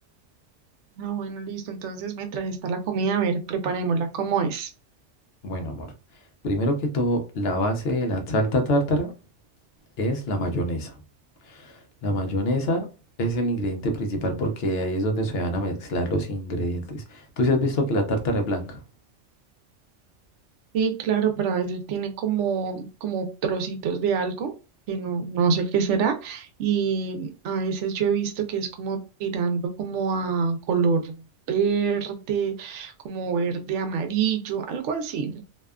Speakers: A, on the right; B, on the left.
A: Ah, bueno, listo. Entonces, mientras está la comida, a ver, preparémosla. ¿Cómo es?
B: Bueno, amor, primero que todo, la base de la salsa tártara es la mayonesa. La mayonesa es el ingrediente principal porque ahí es donde se van a mezclar los ingredientes. ¿Tú sí has visto que la tártara es blanca?
A: Sí, claro, pero a veces tiene como, como trocitos de algo que no, no sé qué será y a veces yo he visto que es como tirando como a color verde, como verde amarillo, algo así.